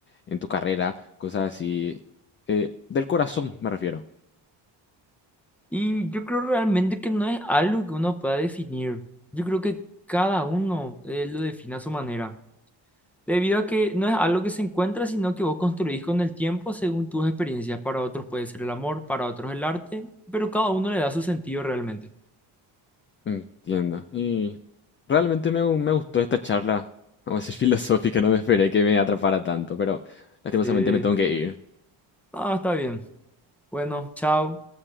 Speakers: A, on the left; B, in the centre.
A: en tu carrera, cosas así, eh, del corazón me refiero.
B: Y yo creo realmente que no es algo que uno pueda definir. Yo creo que cada uno eh, lo define a su manera. Debido a que no es algo que se encuentra, sino que vos construís con el tiempo según tus experiencias. Para otros puede ser el amor, para otros el arte, pero cada uno le da su sentido realmente.
A: Entiendo. Y realmente me, gu- me gustó esta charla, vamos a decir <laughs> filosófica, no me esperé que me atrapara tanto, pero lastimosamente
B: Sí.
A: me tengo que ir.
B: Ah, está bien. Bueno, chao.